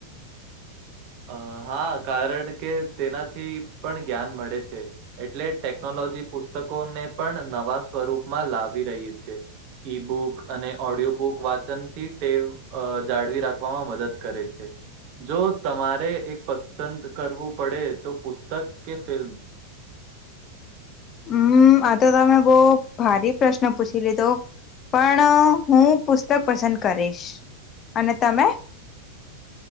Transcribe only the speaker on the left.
હમ આ તો તમે બહ ભારી પ્રશ્ન પૂછી લીધો. પણ હું પુસ્તક પસંદ કરીશ અને તમે? <inaudible>